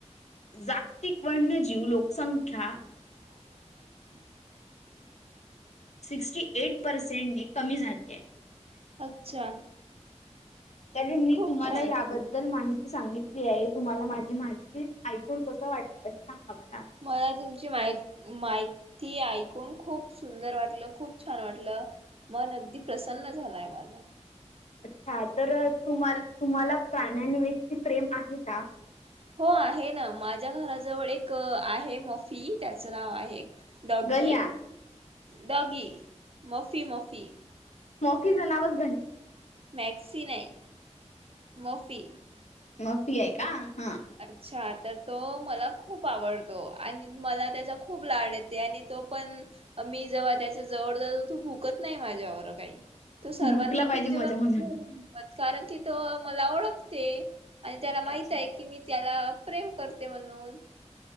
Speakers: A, on the left; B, on the right.
A: जागतिक वन्यजीव लोकसंख्या
B: <inaudible>
A: सिक्स्टी एट पर्सेंटने कमी झाली आहे.
B: अच्छा!
A: तरी मी
B: खूप
A: तुम्हाला
B: छान
A: याबद्दल माहिती सांगितली आहे तुम्हाला माझी माहिती ऐकून कस वाटलं सांगा मला?
B: मला तुमची माहिती ऐकून खूप सुंदर वाटलं खूप छान वाटलं मन अगदी प्रसन्न झालाय माझा.
A: अच्छा! तर तुम्हांला-तुम्हांला प्राण्यांव्यक्ति प्रेम आहे का?
B: हो आहे ना माझ्या घराजवळ एक आहे मोफी त्याचं नाव आहे. डॉगी,
A: गण्या
B: डॉगी, मोफी, मोफी.
A: मोकीच नावच‌ गंड.
B: मॅक्सी नाही मोफी.
A: मोफी आहे का? हां.
B: अच्छा तर तो मला खूप आवडतो आणि मला त्याचा खूप लाड येते आणि तो पण मी जेव्हा त्याच्या जवळ जातो तो भुकत नाही माझ्यावर काही तो सर्वांवर
A: बुकला पाहिजे
B: भुकते
A: मजा
B: बघ.
A: म्हणून
B: कारण की तो मला ओळखते आणि त्याला माहित
A: अच्छा
B: आहे. की मी त्याला प्रेम करते म्हणून.